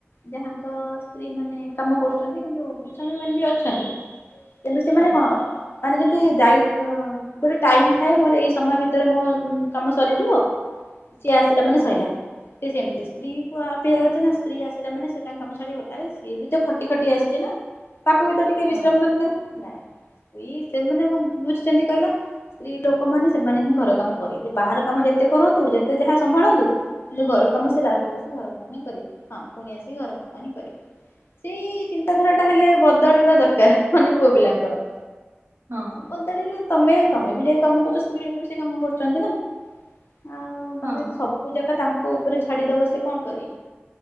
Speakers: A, on the left; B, on the right.
A: ଯାହାଙ୍କ ସ୍ତ୍ରୀ ମାନେ କାମ କରୁଛନ୍ତି କିନ୍ତୁ ଶ୍ରମୀ ମାନେ ବି ଅଛନ୍ତି। କିନ୍ତୁ ସେମାନେ
B: ହଁ
A: କଣ ମାନେ ଯେମତି ଦାୟିତ୍ୱ ଗୋଟେ ଟାଇମ ଥାଏ ମୋର ଏଇ ସମୟ ଭିତରେ ମୁଁ କାମ ସରିଯିବ ସିଏ ଆସିଲା ମାନେ
B: ହଁ
A: ସରିଲା। ଟିକ ସେମିତି ସ୍ତ୍ରୀ କୁ ଆପି ଅଛ ନା ସ୍ତ୍ରୀ ଆସିଲା ମାନେ ସେ ତାଙ୍କ କାମ ସାର ଗଲାରେ ସିଏ ବି ତ ଖଟି ଖଟି ଆସସିଛି ନା। ତାକୁ ବି ତ ଟିକେ ବିଶ୍ରାମ
B: ହଁ।
A: ଦରକାର କି ନାଇଁ। ଏଇ ସେମାନେ କଣ ବୁଝିଛନ୍ତି କହିଲ ସ୍ତ୍ରୀ ଲୋକମାନେ ସେମାନେ ହିଁ ଘର କାମ କରେ। ସେ ବାହାର କାମ ଯେତେ କରନ୍ତୁ ଯେତେ ଯାହା ସମ୍ଭାଳନ୍ତୁ। ଯୋଉ ଘର କାମ ସେ ଲାଷ୍ଟୁ ଆସି ଘର କାମ ହିଁ କରିବେ ହଁ ପୁଣି ଆସିି ଘର କାମ ହିଁ କରିବ। ସେଇ ଚିନ୍ତାଧାରା ଟା ହେଲେ ବଦଳିବା ଦରକାର ମାନେ ପୁଅ ପିଲାଙ୍କର।
B: ହଁ।
A: ବଳିଲଲେ ତମେ ତମେ ବି ଯ କାମ କରୁଛ ସ୍ତ୍ରୀ ଲୋକ ବି ସେ କାମ କରୁଛନ୍ତି ନା। ଆଉ ତମେ
B: ହଁ।
A: ଯଦି ସବୁ ଜାଗା ତାଙ୍କ ଉପରେ ଛାଡିଦବ ସେ କଣ କରିବେ।